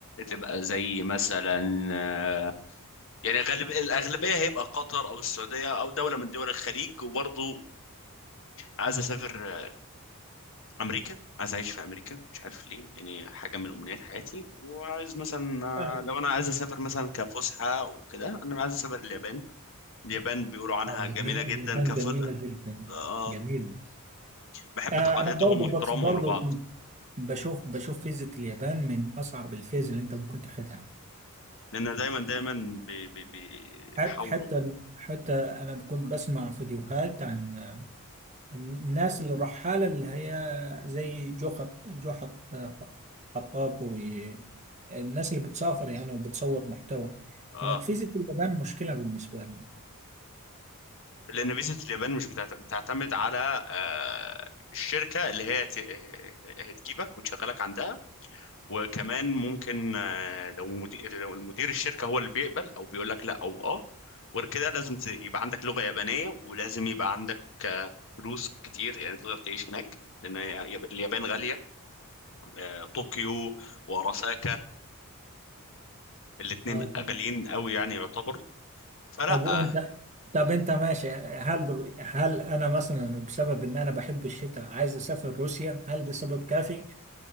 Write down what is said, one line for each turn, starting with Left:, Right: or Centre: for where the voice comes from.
Left: تبقى زي مثلا آه، يعني غالب الاغلبية هيبقى قطر او السعودية او دولة من دول الخليج وبرضه عايز اسافر آه، امريكا عايز اعيش في امريكا مش عارف ليه يعني حاجة من امنيات حياتي وعايز مثلا آه،
Right: آه،
Left: لو انا عايز اسافر مثلا كفسحة وكده انا عايز اسافر اليابان اليابان بيقولوا عنها
Right: آه، اليابان
Left: جميلة
Right: اليابان
Left: جدا كف
Right: جميلة جدا
Left: آه،
Right: جميلة
Left: بحب
Right: آه،
Left: تقاليدهم
Right: انا برضو
Left: واحترامهم
Right: بص- برضو
Left: لبعض
Right: بشوف بشوف فيزة اليابان من اصعب الفيز اللي انت ممكن تاخدها
Left: لان دايما دايما بي- بي- بيحاولوا
Right: حت- حتى حتى انا كنت بسمع فيديوهات عن آه، الناس اللي الرحالة اللي هي زي جو خط جو خط آه، خ- خطاب والناس اللي بتسافر يعني وبتصور محتوى
Left: اه
Right: كانت فيزة اليابان مشكلة بالنسبة لهم
Left: لان فيزا اليابان مش بتعت- بتعتمد على آه الشركه اللي هي ت- هتجيبك وتشغلك عندها وكمان ممكن آه لو مدير لو المدير الشركه هو اللي بيقبل او بيقول لك لا او اه غير كده لازم ت- يبقى عندك لغه يابانيه ولازم يبقى عندك آه فلوس كتير يعني تقدر تعيش هناك لان ياب- اليابان غاليه آه طوكيو وراساكا الاتنين
Right: آه، تمام.
Left: غاليين قوي يعني يعتبر فلا
Right: طب وانت
Left: آه،
Right: طب انت ماشي هل هل انا مثلا بسبب ان انا بحب الشتاء عايز اسافر روسيا هل ده سبب كافي